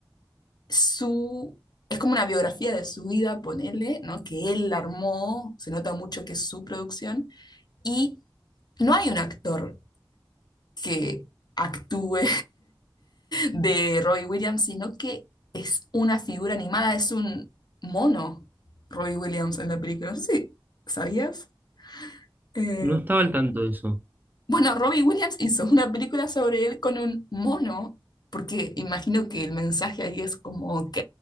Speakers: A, on the left; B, on the right.
A: su... Es como una biografía de su vida, ponele, ¿no? Que él armó, se nota mucho que es su producción Y no hay un actor que actúe <laughs> de Robbie Williams, sino que es una figura animada, es un mono Robbie Williams en la película. No sé si sabías. Eh,
B: no estaba al tanto de eso,
A: bueno, Robbie Williams hizo una película sobre él con un mono, porque imagino que el mensaje ahí es como, ok,